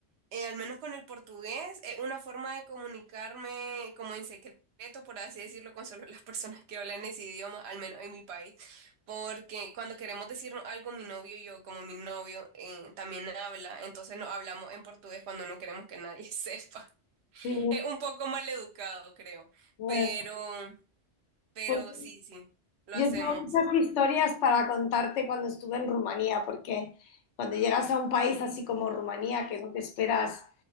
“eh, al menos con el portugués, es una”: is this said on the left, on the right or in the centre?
Right